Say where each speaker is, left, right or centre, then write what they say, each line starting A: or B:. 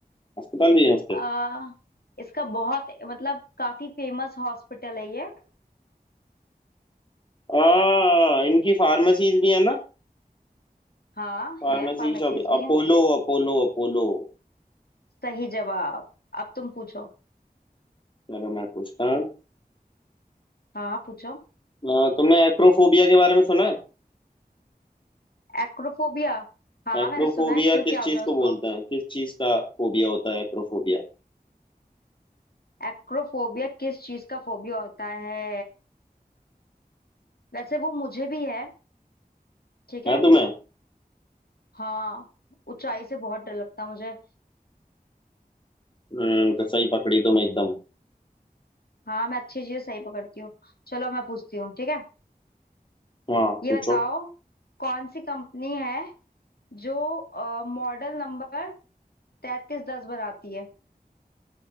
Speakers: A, on the left; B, on the left.
A: अस्पताल भी है उसके
B: आ, इसका बहुत मतलब काफी फेमस हॉस्पिटल है ये
A: आ इनकी फार्मेसीज भी है ना
B: हाँ
A: Pharmacy
B: है फार्मेसीज
A: shop
B: भी
A: Apollo
B: हैं
A: Apollo Apollo
B: सही जवाब अब तुम पूछो
A: चलो मैं पूछता हूँ
B: हाँ पूछो
A: अ, तुमने एक्रोफोबिया के बारे में सुना
B: एक्रोफोबिया हाँ
A: है एक्रोफोबिया
B: मैंने सुना है क्यों
A: किस
B: क्या हो
A: चीज
B: गया
A: को
B: उसको
A: बोलते हैं किस चीज का फोबिया होता है एक्रोफोबिया
B: एक्रोफोबिया किस चीज का फोबिया होता है वैसे वो मुझे भी है ठीक है
A: है तुम्हें
B: हाँ ऊंचाई से बहुत डर लगता है मुझे
A: हम्म तो सही पकड़ी तुम एकदम
B: हाँ मैं अच्छी चीजें सही पकड़ती हूँ चलो मैं पूछती हूँ ठीक है
A: हाँ
B: ये
A: पूछो
B: बताओ कौन सी कंपनी है जो मॉडल नंबर तैतीस दस बनाती है